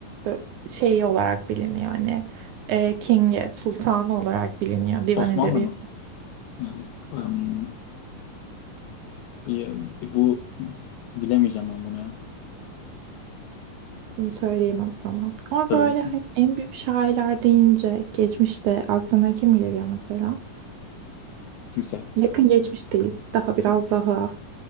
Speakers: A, on the right; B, on the left.
A: e, şeyi olarak biliniyor. Hani e, King'i, sultanı olarak biliniyor divan
B: Osmanlı
A: edebiyatı.
B: mı? Ya, is- em, bir- bu bilemeyeceğim ben bunu ya.
A: Bunu söyleyeyim o zaman. Ama
B: Söylesin
A: böyle hani en büyük şairler deyince geçmişte aklına kim geliyor mesela?
B: kimse.
A: Yakın geçmiş değil. Daha biraz daha